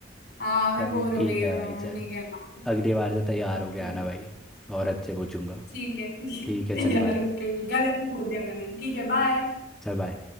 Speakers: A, on the left; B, in the centre.
A: हाँ मैं
B: चल
A: बोर हो
B: ठीक
A: गई
B: है
A: हूँ
B: भाई चल
A: नहीं खेलना
B: अगली बार से तैयार होके
A: ठीक
B: आना भाई और अच्छे पूछूंगा
A: ठीक है <laughs>
B: ठीक है चल
A: यार
B: भाई
A: ओके गलत ही बोल दिया मैंने ठीक है बाय
B: चल भाई